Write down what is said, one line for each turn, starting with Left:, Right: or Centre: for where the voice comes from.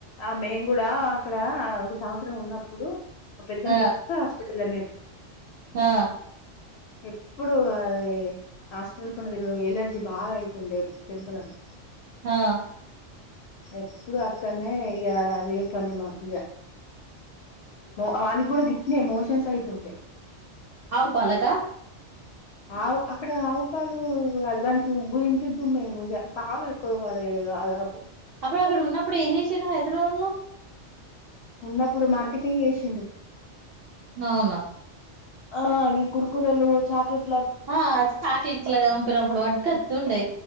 Left: ఆ మేము కూడా అక్కడ ఒక సంవత్సరం ఉన్నప్పుడు మా పెద్దమ్మ
Right: ఆ
Left: కేప్పుడు హాస్పిటల్ ఏ మే
Right: ఆ
Left: ఎప్పుడు అది హాస్పిటల్ పన్నదిరు ఎలర్జీ బాగా అవుతుండే చెంపలకు
Right: హా
Left: ఎప్పుడు అక్కనేనే అయ అదే పని మాకయ్య మ ఆనికి కూడా గిట్నే మోషన్స్ అయితుండే
Right: అవు పాలకా
Left: ఆవు అక్కడ ఆవు పాలు అదివానికి ఉగ్గు తినిపిద్ం మేము పాలు ఎక్కువ పడే వాగా
Right: అప్పుడు అక్కడ ఉన్నప్పుడు ఏం చేసిండు హైదరాబాద్ లో
Left: ఉన్నప్పుడు మార్కెటింగ్ చేసిండు
Right: అవునా
Left: ఆ ఈ కుర్కురేలు చాక్ లే
Right: ఆ చాక్లెట్లు అప్పుడప్పుడు పడ్కత్తుండే